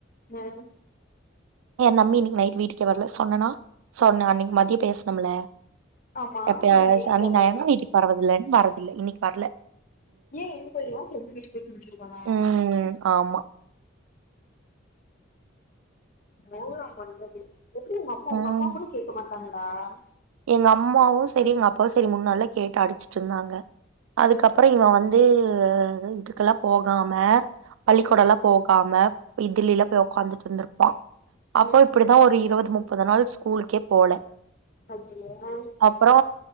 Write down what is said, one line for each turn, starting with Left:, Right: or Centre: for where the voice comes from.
Left: ம்
Right: ஏ நம்பி நீ நைட்டு வீட்டுக்கே வரல சொன்னனா சொன்ன அன்னிக் மத் கிய பேசனம் இல்ல
Left: ஆமா
Right: அப்றோ
Left: வரல இன்னைக்கு
Right: சனி
Left: அவ
Right: ஞாயிறுனா வீட்டுக்கு வரதில்லைன் வரதில்ல இன்னிக் வர்ல
Left: ஏ எங்க போயிருவா ஃரெண்ட்ஸ் வீட்டுக் போய் தூங்கிருவானா
Right: ம் ஆமா
Left: போர் அவ பண்றது எப்டி உங் அம்மா
Right: ம்
Left: உங்க அப்பா கூட கேக்க மாட் <unintelligible>
Right: எங்க அம்மாவு சரி எங்க அப்பாவு சரி முன்னாலா கேட்டு அடிச்சிட்டு இருந்தாங்க அதுக்கப்பற
Left: ம்
Right: இவன் வந்து வந்து இதுக்கெல்லா போகாம பள்ளிக்கூட
Left: ம்
Right: எல்லா போகாம இதுலைலா போய் உட்காந்துட்டு இருந்துருப்பா அப்போ
Left: ம்
Right: இப்டிதா ஒரு இருபது முப்பது நாள் ஸ்கூல்க்கே போல
Left: அய்யய்யோ
Right: அப்பறோ